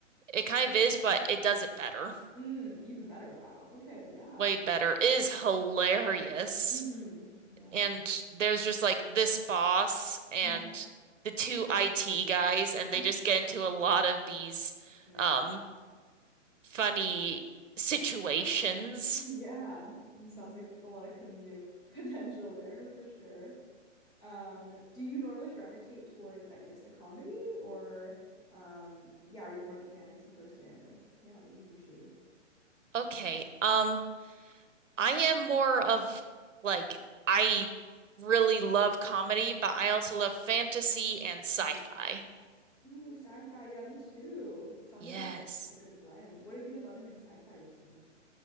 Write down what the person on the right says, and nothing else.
It kind of is, but it does it better,
way better. It is hilarious.
And there's just like this boss and
the two IT guys, and they
just get into a lot of these.
Um,
funny situations.
Okay. Um, I am more of like I really love comedy, but I also love fantasy and sci-fi.
Yes.